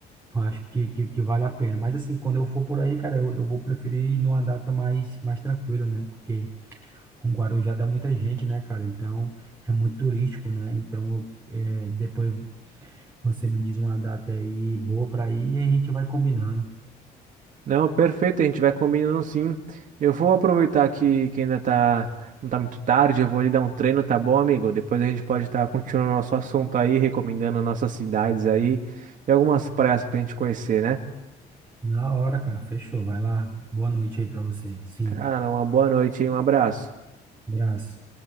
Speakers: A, on the right; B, on the right.
A: eu acho que, que, que vale a pena. Mas assim, quando eu for por aí, cara, eu, eu vou preferir ir numa data mais, mais tranquila, né? Porque o Guarujá dá muita gente, né, cara? Então, é muito turístico, né? Então, eu, é, depois você me diz uma data aí boa pra ir e a gente vai combinando.
B: Não, perfeito, a gente vai combinando sim. Eu vou aproveitar que, que ainda tá, não tá muito tarde, eu vou ali dar um treino, tá bom, amigo? Depois a gente pode estar continuando nosso assunto aí, recomendando nossas cidades aí e algumas praias pra gente conhecer, né?
A: Na hora, cara, fechou. Vai lá. Boa noite aí pra você. Sim.
B: Cara, uma boa noite e um abraço.
A: Abraço.